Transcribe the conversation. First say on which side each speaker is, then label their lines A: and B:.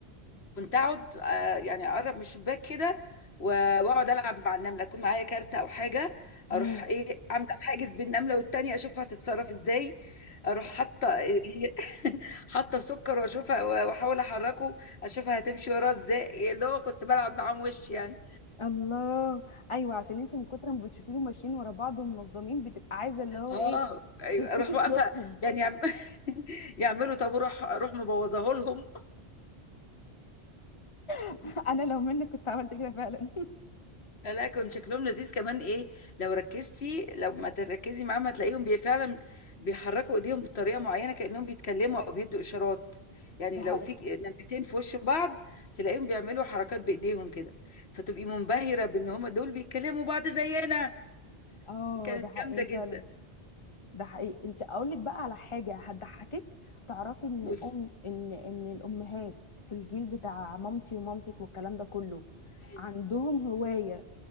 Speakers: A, on the left; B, on the left.
A: كنت اقعد آه، يعني اقرب من الشباك كده و- واقعد العب مع النمله اكون معايا كارت او حاجه
B: امم
A: اروح ايه عامله حاجز بين النمله والتانيه اشوفها هتتصرف ازاي اروح حاطه <laughs> حاطه سكر واشوفها واحاول احركه اشوفها هتمشي وراه ازاي إيه اللي هو كنت بلعب معاهم وش يعني
B: الله ايوه عشان انت من كتر ما بتشوفيهم ماشيين ورا بعض ومنظمين بتبقى عايزه اللي هو
A: اه
B: ايه
A: أيوة،
B: تشوفي
A: اروح واقفه
B: سلوكهم
A: يعني يعم- <laughs> يعملوا طابور اروح أروح مبوظاه لهم
B: <laughs> انا لو منك كنت عملت كده فعلا
A: لا لا كان شكلهم لذيذ كمان ايه لو ركزتي لو ما تركزي معاهم هتلاقيهم بي فعلا بيحركوا ايديهم بطريقه معينه كانهم بيتكلموا او بيدوا اشارات يعني
B: ده حقيقي
A: لو في ك- نمرتين في وش بعض تلاقيهم بيعملوا حركات بايديهم كده فتبقي منبهره بان هم دول بيتكلموا بعض زينا
B: اه
A: كانت
B: ده حقيقي
A: جامده جدا
B: فعلا ده حقيقي انت اقول لك بقى على حاجه هتضحكك تعرفي ان
A: قولي
B: ام ان ان الامهات في الجيل بتاع مامتي ومامتك والكلام ده كله
A: مم.
B: عندهم هوايه